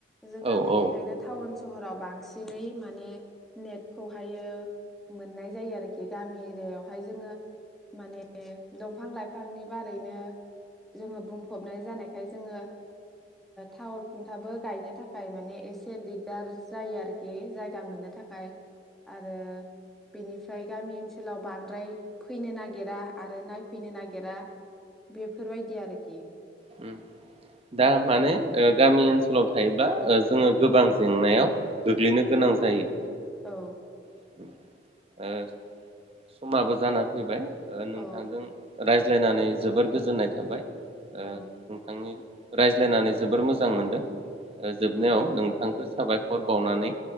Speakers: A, in the centre; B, on the right.
A: जोङो
B: औ
A: बेनिखायनो
B: औ
A: टाउन स सहराव बांसिनै माने नेटखौहायो मोननाय जायो आरोखि गामि एरियायावहाय जोङो माने दंफां लाइफांनि बारैनो जोङो बुंफबनाय जानायखाय ओ जोङो थावर खुन्थाबो गायनो थाखाय माने एसे दिगदार जायो आरोखि जायगा मोननो थाखाय आरो बेनिफ्राय गामि ओनसोलाव बांद्राय फैनो नागिरा आरो नायफैनो नागिरा। बेफोरबायदि आरोखि
B: ओम दा माने ओ गामि ओनसोलाव थायोब्ला जोङो गोबां जेंनायाव गोग्लैनो गोनां जायो।
A: औ
B: ओ समाबो जाना फैबाय ‌। ओ नोंथांदों
A: औ
B: रायज रायज्लायनानै जोबोर गोजोननाय थाबाय। ओ
A: औ
B: नोंथांनि रायज्लायनानै जोबोर मोजां मोनदों। जोबनायाव
A: औ
B: नोंथांखौ साबाय हर बावनानै